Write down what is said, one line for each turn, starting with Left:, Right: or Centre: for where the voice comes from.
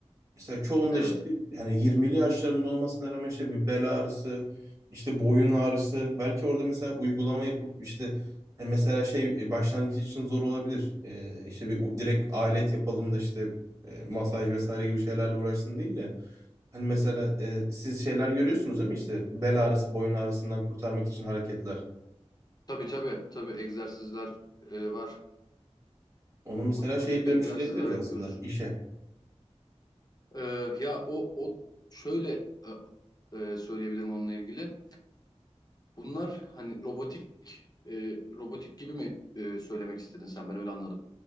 Right: Mesela çoğunda
Left: Evet.
Right: işte yani 20'li yaşlarında olmasına rağmen işte bir bel ağrısı, işte boyun ağrısı. Belki orada mesela uygulama yapıp işte e, mesela şey e, başlangıç için zor olabilir. E, işte bir u- direkt alet yapalım da işte e, masaj vesaire gibi şeylerle uğraşsın değil de. Hani mesela e, siz şeyler görüyorsunuz değil mi? İşte bel ağrısı, boyun ağrısından kurtarmak için hareketler.
Left: Tabii tabii. Tabii egzersizler e, var.
Right: Onu mesela
Left: O,
Right: şeye
Left: o tip
Right: dönüştürebiliriz
Left: egzersizler yapıyoruz.
Right: aslında işe.
Left: E, ya o, o şöyle e, e, söyleyebilirim onunla ilgili. Bunlar hani robotik e, robotik gibi mi e, söylemek istedin sen? Ben öyle anladım.